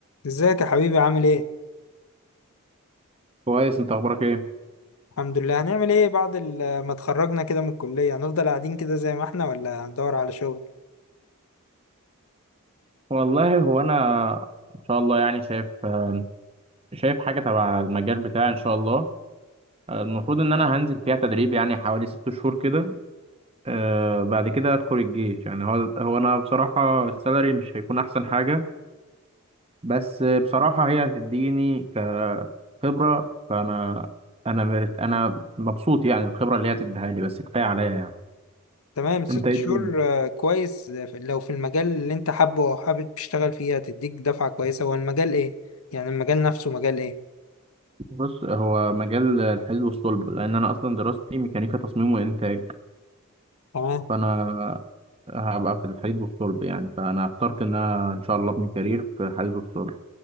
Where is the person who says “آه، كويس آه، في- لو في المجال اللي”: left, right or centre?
Left